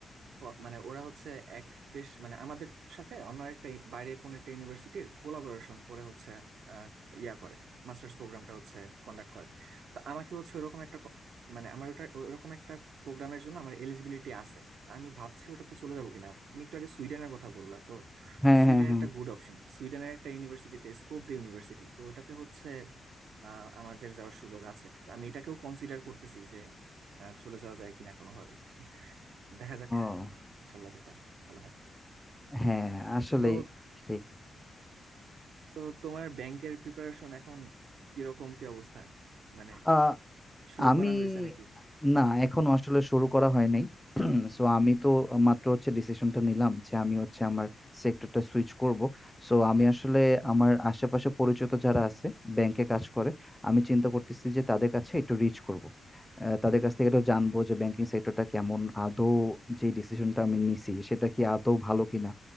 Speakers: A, on the right; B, in the centre.
A: প- মানে ওরা হচ্ছে এক দেশ মানে আমাদের সাথে অন্য একটা ই- বাইরের কোনো একটা ইউনিভার্সিটির কোলাবোরেশন করে হচ্ছে আহ, ইয়া করে মাস্টার্স প্রোগ্রামটা হচ্ছে কন্ডাক্ট করে তো আমাকে হচ্ছে ওরকম একটা ক- মানে আমার ওটা ওরকম একটা প্রোগ্রামের জন্য আমার এলিজিবিলিটি আছে তা আমি ভাবছি ওটাতে চলে যাবো কিনা তুমি একটু আগে সুইডেনের কথা বললা তো
B: হ্যাঁ,
A: সুইডেন
B: হ্যাঁ, হ্যাঁ।
A: একটা গুড অপশন সুইডেনের একটা ইউনিভার্সিটিতে স্কোপ দি ইউনিভার্সিটি তো ওটাতে হচ্ছে আহ, আমাদের যাওয়ার সুযোগ আছে তো আমি এটাকেও কনসিডার করতেছি যে আহ, চলে যাওয়া যায় কিনা কোনোভাবে <laughs> দেখা যাক
B: ও
A: ইনশাল্লাহ যেটা ভালো হয়
B: হ্যাঁ, আসলেই
A: তো
B: ঠিক।
A: তো তোমার ব্যাংকের প্রিপারেশন এখন কিরকম কি অবস্থা মানে
B: আ
A: শুরু
B: আমি
A: করা হয়েছে নাকি
B: না এখনো আসলে শুরু করা হয় নাই। <clears throat> সো আমি তো মাত্র হচ্ছে ডিসিশনটা নিলাম যে আমি হচ্ছে আমার সেক্টরটা সুইচ করব। সো আমি আসলে
A: হুম
B: আমার আশেপাশে পরিচিত যারা আছে ব্যাংকে কাজ করে, আমি চিন্তা করতেছি যে তাদের কাছে একটু রিচ করব। আহ, তাদের কাছ থেকে একটু জানবো যে ব্যাংকিং সেক্টরটা কেমন, আদৌ যে ডিসিশনটা আমি নিছি সেটা কি আদৌ ভালো কিনা।